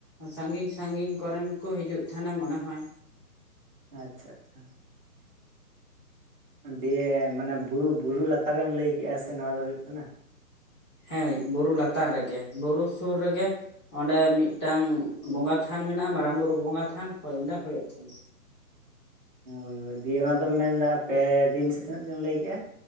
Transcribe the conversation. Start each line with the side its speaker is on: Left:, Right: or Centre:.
Left: ᱥᱟᱺᱜᱤᱧ ᱥᱟᱺᱜᱤᱧ ᱠᱚᱨᱮᱱ ᱠᱚ ᱦᱤᱡᱩᱜ ᱛᱟᱦᱮᱱᱟ ᱢᱚᱱᱮ ᱦᱚᱭ
Right: ᱟᱪᱪᱷᱟ ᱟᱪᱪᱷᱟ ᱫᱤᱭᱮ ᱢᱟᱱᱮ ᱵᱩᱨᱩ ᱵᱩᱨᱩ ᱞᱟᱛᱟᱨᱮᱢ ᱞᱟᱹᱭ ᱠᱮᱜ-ᱟ ᱥᱮ ᱱᱚᱣᱟ ᱫᱚ ᱦᱩᱭᱩᱜ ᱠᱟᱱᱟ
Left: ᱦᱮ ᱵᱩᱨᱩ ᱞᱟᱛᱟᱨ ᱨᱮᱜᱮ ᱵᱩᱨᱩ ᱥᱩᱨ ᱨᱮᱜᱮ ᱚᱸᱰᱮ ᱢᱤᱫᱴᱟᱝ ᱵᱚᱸᱜᱟ ᱛᱷᱟᱱ ᱢᱮᱱᱟᱜ-ᱟ ᱢᱟᱨᱟᱝ ᱵᱩᱨᱩ ᱵᱚᱸᱜᱟ ᱛᱷᱟᱱ ᱦᱳᱭ ᱚᱸᱰᱮ ᱦᱩᱭᱩᱜ ᱛᱟᱦᱮᱱᱟ
Right: ᱳᱭ ᱳᱭ ᱫᱤᱭᱮ ᱚᱱᱟ ᱫᱚᱢ ᱢᱮᱱᱫᱟ ᱯᱮ ᱫᱤᱱ ᱥᱮ ᱛᱤᱱᱟᱹᱜ ᱫᱤᱱ ᱮᱢ ᱞᱟᱹᱭ ᱠᱮᱫᱮᱜ-ᱟ᱾